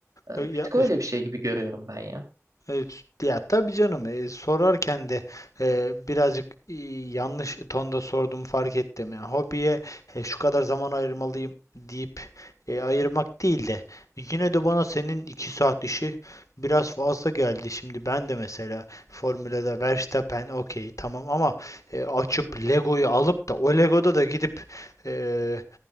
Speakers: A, on the right; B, on the left.
A: E, bir
B: E, Ya,
A: tık öyle bir şey gibi görüyorum ben ya.
B: Evet, ya tabii canım e, sorarken de e, birazcık e, yanlış tonda sordum fark ettim. Yani hobiye e, şu kadar zaman ayırmalıyım deyip e, ayırmak değil de yine de bana senin iki saat işi biraz fazla geldi. Şimdi ben de mesela Formula'da Verstappen okey tamam ama e, açıp Lego'yu alıp da o Lego'da da gidip e,